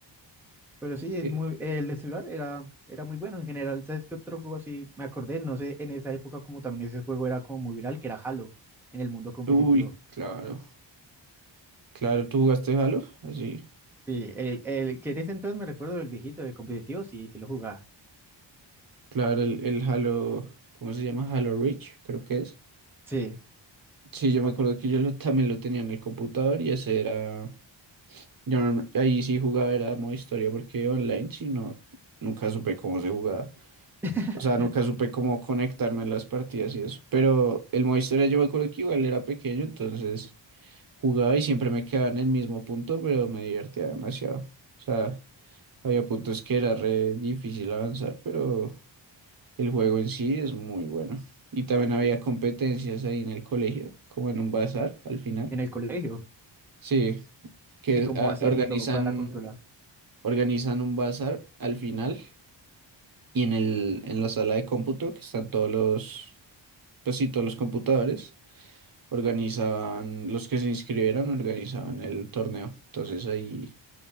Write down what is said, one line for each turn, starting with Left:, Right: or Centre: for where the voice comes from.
Centre: Pero sí, es
Right: Eh,
Centre: muy, el de celular era, era muy bueno en general. ¿Sabes qué otro juego así? Me acordé, no sé, en esa época como también ese juego era como muy viral, que era Halo en el mundo competitivo.
Right: uy, claro. Claro, ¿tú jugaste Halo? Así.
Centre: Sí, el, el que en ese entonces me recuerdo del viejito, del competitivo, sí, sí lo jugaba.
Right: Claro, el, el Halo, ¿cómo se llama? Halo Reach, creo que es.
Centre: Sí,
Right: Sí, yo me acuerdo que yo lo- también lo tenía en el computador y ese era... Yo no- ahí sí jugaba, era modo historia, porque online sí no, nunca supe cómo se jugaba.
Centre: <laughs>
Right: O sea, nunca supe cómo conectarme en las partidas y eso. Pero el modo historia yo me acuerdo que igual era pequeño, entonces jugaba y siempre me quedaba en el mismo punto, pero me divertía demasiado. O sea, había puntos que era re difícil avanzar, pero... El juego en sí es muy bueno. Y también había competencias ahí en el colegio, como en un bazar al final.
Centre: en el colegio.
Right: Sí, que
Centre: Y como
Right: ah,
Centre: hacían
Right: organizan,
Centre: y todo para la consola.
Right: organizan un bazar al final y en el, en la sala de cómputo, que están todos los, pues sí, todos los computadores, organizaban, los que se inscribieron organizaban el torneo. Entonces ahí